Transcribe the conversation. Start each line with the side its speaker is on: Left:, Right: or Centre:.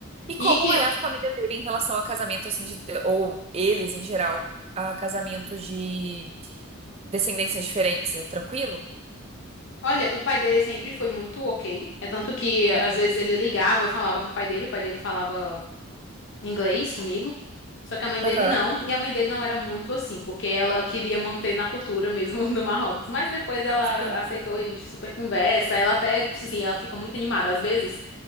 Right: E como
Left: E que
Right: é a família dele em relação a casamento, assim, de, ou eles em geral, a casamentos de descendências diferentes? É tranquilo?
Left: Olha, o pai dele sempre foi muito ok. É tanto que às
Right: Aham.
Left: vezes ele ligava, eu falava com o pai dele, o pai dele falava inglês comigo. Só que a mãe dele
Right: Aham.
Left: não, e a mãe dele não era muito assim, porque ela queria manter na cultura mesmo <laughs> do Marrocos. Mas depois ela
Right: Sim.
Left: aceitou e a gente super conversa. Ela até, assim, ela fica muito animada. Às vezes,